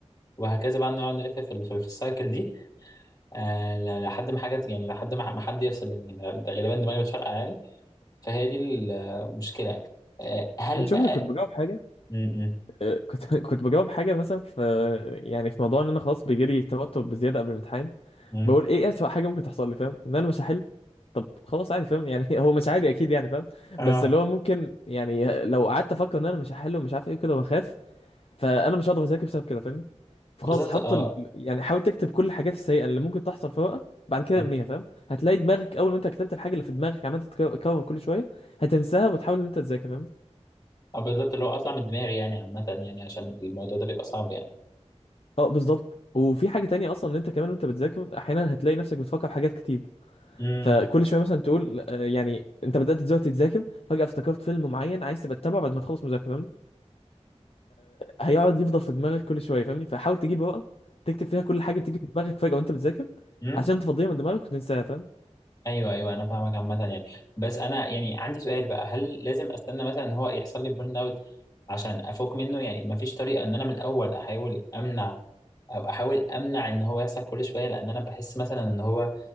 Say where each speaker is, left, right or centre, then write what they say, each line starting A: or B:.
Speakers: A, on the left; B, on the left.
A: وهكذا بقى نقعد نلف في ال- في السايكل دي آه ل- لحد ما حاجه يعني لحد ما ما حد يفصل يعني ده ده غالبا دماغي بتفرقع يعني فهي دي المشكله يعني. آه هل
B: يعني شوف
A: بقى
B: أنا كنت بجاوب حاجه
A: م- م-
B: آه، كنت <laughs> كنت بجاوب حاجه مثلا في يعني في موضوع ان انا خلاص بيجيلي توتر بزياده قبل الامتحان
A: م.
B: بقول ايه اسوأ حاجه ممكن تحصل لي فاهم ان انا مش هحل طب خلاص عادي فاهم يعني <laughs> هو مش عادي اكيد يعني فاهم
A: اه
B: بس اللي هو ممكن يعني لو قعدت افكر ان انا مش هحل ومش عارف ايه كده واخاف فانا مش هقدر اذاكر بسبب كده فاهمني فخلاص
A: بالظبط
B: حط
A: اه
B: ال... يعني حاول تكتب كل الحاجات السيئه اللي ممكن تحصل في ورقه بعد كده
A: م.
B: ارميها فاهم هتلاقي دماغك اول ما انت كتبت الحاجه اللي في دماغك عمال تتكرر كل شويه هتنساها وتحاول ان انت تذاكر فاهم
A: اه بالظبط اللي هو اطلع من دماغي يعني عامه يعني عشان الموضوع ده بيبقى صعب يعني
B: اه بالظبط وفي حاجه تانية اصلا ان انت كمان وانت بتذاكر احيانا هتلاقي نفسك بتفكر في حاجات كتير
A: امم
B: فكل شويه مثلا تقول آه، يعني انت بدات دلوقتي تذاكر فجاه افتكرت فيلم معين عايز تبقى تتابعه بعد ما تخلص مذاكره فاهمني هيقعد يفضل في دماغك كل شويه فاهمني فحاول تجيب ورقه تكتب فيها كل حاجه بتيجي في دماغك فجاه وانت بتذاكر
A: امم
B: عشان تفضيها من دماغك وتنساها فاهم
A: ايوه ايوه انا فاهمك عامه يعني بس انا يعني عندي سؤال بقى هل لازم استنى مثلا ان هو يحصل لي بيرن اوت عشان افوق منه يعني مفيش طريقه ان انا من الاول احاول امنع او احاول امنع ان هو يحصل كل شويه لان انا بحس مثلا ان هو